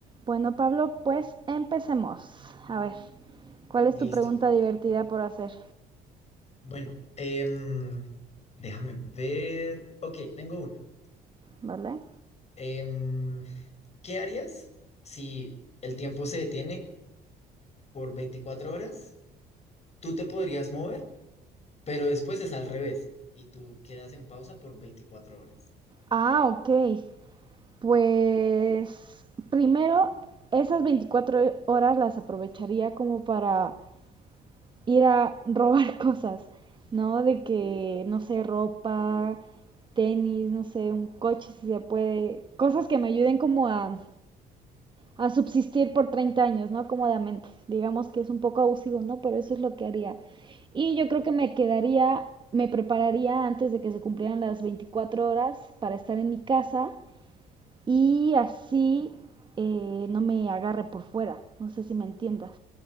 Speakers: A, on the right; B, on the left.
A: Bueno, Pablo, pues empecemos. A ver, ¿cuál es
B: Listo.
A: tu pregunta divertida por hacer?
B: Bueno, em, déjame ver. Ok, tengo una.
A: ¿Vale?
B: Em, ¿qué harías si el tiempo se detiene por 24 horas? Tú te podrías mover, pero después es al revés y tú quedas en pausa por 24 horas.
A: Ah, ok. Pues primero, esas veinticuatro horas las aprovecharía como para ir a robar <laughs> cosas, ¿no? De que, no sé, ropa, tenis, no sé, un coche si se puede, cosas que me ayuden como a a subsistir por 30 años, ¿no? Cómodamente. Digamos que es un poco abusivo, ¿no? Pero eso es lo que haría. Y yo creo que me quedaría, me prepararía antes de que se cumplieran las 24 horas para estar en mi casa y así eh, no me agarre por fuera. No sé si me entiendas.